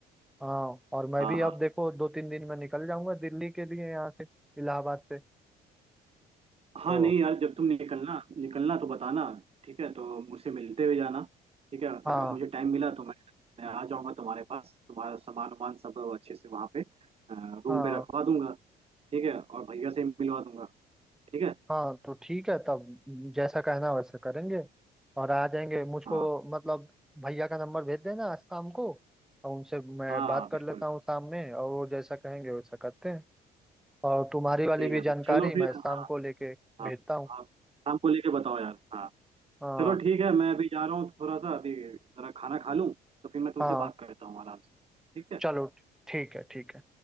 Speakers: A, in the centre; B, on the right (about 35°).
A: हाँ और मैं
B: हाँ
A: भी अब
B: हाँ
A: देखो दो तीन दिन में निकल जाऊंगा दिल्ली के लिए यहाँ से इलाहाबाद से
B: हाँ
A: तो
B: नहीं यार जब तुम निकलना निकलना तो बताना ठीक है तो मुझसे मिलते हुए जाना ठीक है
A: हाँ
B: अगर मुझे टाइम मिला तो मैं मैं आ जाऊंगा तुम्हारे पास तुम्हारा सामान वामान सब अच्छे से वहाँ पे रूम
A: हाँ
B: पे रखवा दूंगा ठीक है और भैया से मिलवा दूंगा ठीक है
A: हाँ तो ठीक है तब जैसा कहना वैसा करेंगे और आ जाएंगे मुझको
B: हाँ
A: मतलब भैया का नंबर भेज देना आज शाम को और उनसे मैं
B: हाँ
A: बात
B: हाँ, बिल्कुल
A: कर लेता हूँ शाम में और वो जैसा कहेंगे वैसा करते हैं और तुम्हारी वाली
B: ठीक
A: भी
B: है
A: जानकारी
B: भाई चलो फिर
A: मैं शाम
B: हाँ
A: को लेके
B: हाँ
A: भेजता हूँ
B: आप शाम को लेके बताओ यार हाँ
A: हाँ
B: चलो ठीक है मैं अभी जा रहा हूँ थोड़ा सा अभी जरा खाना खा लूँ तो फिर मैं तुमसे
A: हाँ
B: बात करता हूँ आराम से ठीक है
A: चलो ठीक है ठीक है